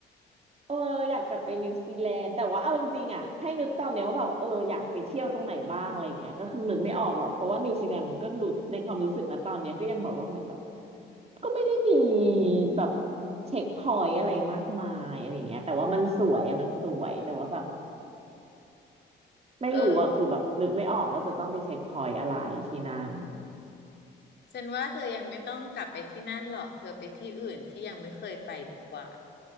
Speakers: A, on the right; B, on the left.
A: เอออยากกลับไปนิวซีแลนด์แต่ว่าเอาจริงๆอ่ะให้นึกตอนเนี้ยว่าแบบเอออยากไปเที่ยวตรงไหนบ้างอะไรเงี้ยก็คือนึกไม่ออกหรอกเพราะว่านิวซีแลนด์มันก็รู้ในความรู้สึกนะตอนเนี้ยก็ยังแบบว่าเหมือนแบบก็ไม่ได้มีแบบเช็คพอยต์อะไรมากมายอะไรเงี้ยแต่ว่ามันสวยอะมันสวยแต่ว่าแบบไม่รู้อ่ะคือแบบนึกไม่ออกว่าจะต้องไปเช็คพอยต์อะไรที่นั่น
B: เออ ฉันว่าเธอยังไม่ต้องกลับไปที่นั่นหรอกเธอไปที่อื่นที่ยังไม่เคยไปดีกว่า